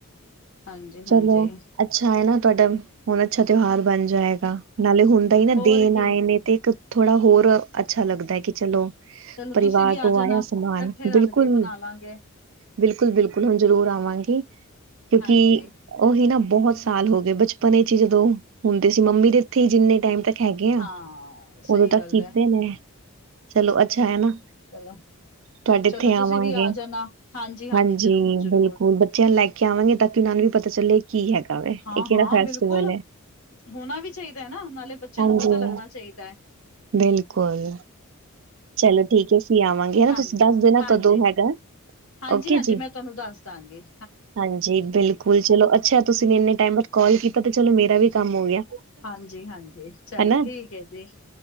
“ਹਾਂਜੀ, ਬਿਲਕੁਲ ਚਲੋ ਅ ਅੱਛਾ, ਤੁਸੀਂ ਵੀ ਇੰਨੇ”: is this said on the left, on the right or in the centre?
Right